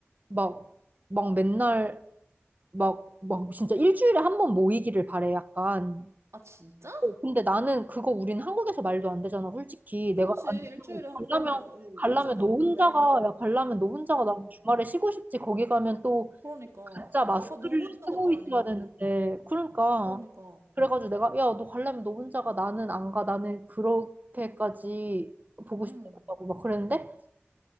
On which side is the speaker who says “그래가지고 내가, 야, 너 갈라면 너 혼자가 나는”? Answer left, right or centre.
Right